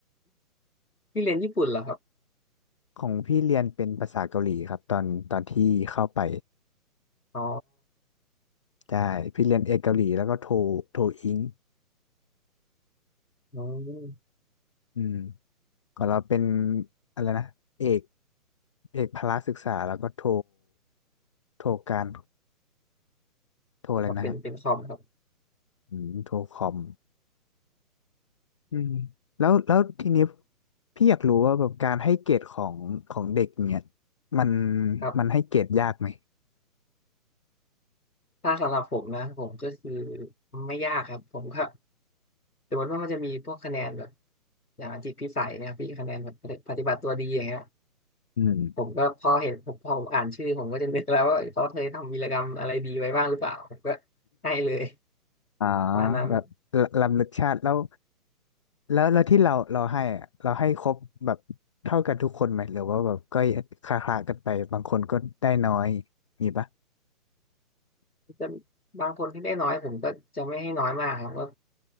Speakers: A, on the left; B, on the left.
A: พี่เรียนญี่ปุ่นเหรอครับ
B: ของพี่เรียนเป็นภาษาเกาหลีครับตอนตอนที่เข้าไป
A: อ๋อ
B: ใช่พี่เรียนเอกเกาหลีแล้วก็โทโทอิง
A: อือ
B: อืมของเราเป็นอะไรนะเอกเอกพละศึกษาแล้วก็โทโทการโทอะไรนะฮะ
A: ครับเป็นเป็นคอมครับ
B: อืมโทรคอมอืมแล้วแล้วทีนี้พี่อยากรู้ว่าแบบการให้เกรดของของเด็กเนี่ยมัน
A: ครับ
B: มันให้เกรดยากไหม
A: ถ้าสำหรับผมนะผมก็คือไม่ยากครับผมก็สมมติว่ามันจะมีพวกคะแนนแบบอย่างจิตพิสัยเนะครับพี่คะแนนแบบปฏิบัติตัวดีอย่างเงี้ย
B: อืม
A: ผมก็พอเห็นผมพอผมอ่านชื่อผมก็จะนึกแล้วว่าเขาเคยทำวีรกรรมอะไรดีไว้บ้างหรือเปล่าผมก็ให้เลย
B: อ๋อ
A: ประมาณนั้น
B: แบบลำลึกชาติแล้วแล้วแล้วที่เราเราให้อะเราให้ครบแบบเท่ากันทุกคนไหมหรือว่าแบบก็คละคลากันไปบางคนก็ได้น้อยมีปะ
A: จะบางคนที่ได้น้อยผมก็จะไม่ให้น้อยมากครับก็